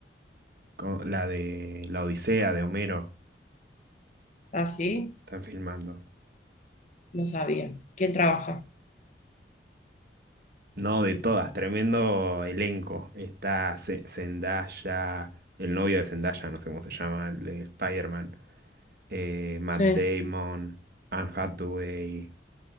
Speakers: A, on the right; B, on the left.
A: co- la de La Odisea de Homero.
B: Ah, sí,
A: Están filmando.
B: no sabía. ¿Quién trabaja?
A: No, de todas, tremendo elenco. Está Ze- Zendaya, el novio de Zendaya, no sé cómo se llama, el de Spider-Man. eh, Matt
B: Sí.
A: Damon, Anne Hathaway,